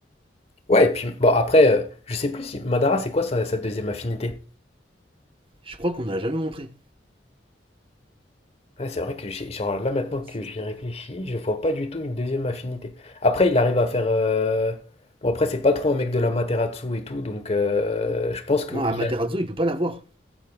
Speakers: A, on the left (about 35°); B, on the right (about 30°).
A: Ouais, et puis bon, après, euh, je sais plus si Madara, c'est quoi sa, sa deuxième affinité?
B: Je crois qu'on ne l'a jamais montré.
A: Ouais, c'est vrai que j'ai, genre là maintenant que
B: C'est-
A: j'y réfléchis, je vois pas du tout une deuxième affinité. Après, il arrive à faire. euh, Bon, après, c'est pas trop un mec de la Materatsu et tout, donc euh, je pense que.
B: Non, Amaterasu,
A: Il a...
B: il peut pas l'avoir.